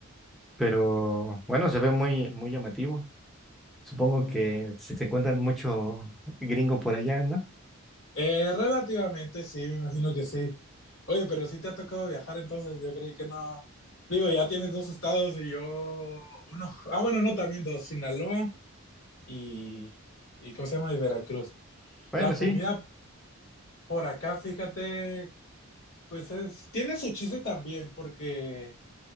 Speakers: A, in the centre; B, on the left.
A: Pero bueno, se ve muy, muy llamativo. Supongo que si se encuentran mucho gringo por allá, ¿no?
B: Eh, relativamente sí, me imagino que sí. Oye, pero sí te ha tocado viajar, entonces yo creí que no. Digo, ya tienes dos estados y yo uno. Ah, bueno, no, también dos, Sinaloa y, y ¿cómo se llama? Y Veracruz.
A: Bueno,
B: La comida
A: sí.
B: por acá, fíjate, pues es, tiene su chiste también, porque,